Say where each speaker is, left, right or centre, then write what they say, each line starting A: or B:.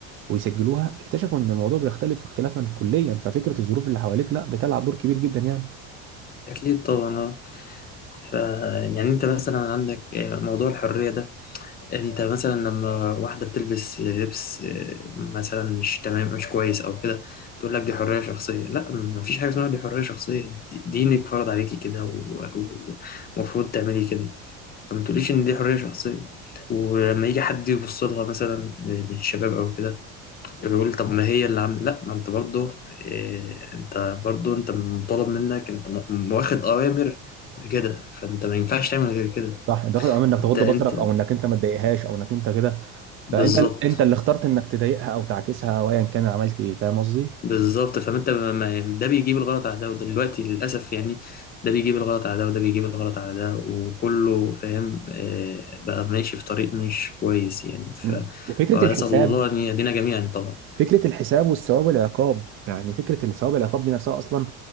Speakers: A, on the right (about 45°); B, on the left (about 30°).
A: ويسجلوها اكتشفوا ان الموضوع بيختلف اختلافا كليا ففكره الظروف اللي حواليك لا بتلعب دور كبير جدا يعني
B: أكيد طبعا اه ف يعني أنت مثلا عندك آه، موضوع الحرية ده انت مثلا لما واحدة بتلبس لبس آه، مثلا مش تمام مش كويس او كده تقول لك دي حرية شخصية لا مفيش حاجة اسمها دي حرية شخصية دي- دينك فرض عليكي كده و- ومفروض تعملي كده فما تقوليش ان دي حرية شخصية ولما يجي حد يبص لها مثلا من الشباب او كده يقول طب ما هي اللي عامله لا ما انت برضه إيه انت برضه انت مطالب منك انت م- واخد اوامر بكده فانت ما ينفعش تعمل غير كده
A: صح انت واخد امر انك
B: انت
A: تغض
B: انت
A: بصرك او انك انت ما تضايقهاش او انك انت كده فانت
B: بالظبط
A: انت اللي اخترت انك تضايقها او تعكسها او ايا كان عملت ايه فاهم قصدي؟
B: بالظبط فانت ما ما- يعني ده بيجيب الغلط على ده وده دلوقتي للاسف يعني ده بيجيب الغلط على ده وده بيجيب الغلط على ده وكله فاهم آه، بقى ماشي في طريق مش كويس يعني ف
A: لا. وفكره
B: واسال
A: الحساب
B: الله ان يهدينا جميعا طبعا
A: فكره الحساب والثواب والعقاب يعني فكره الثواب والعقاب دي نفسها اصلا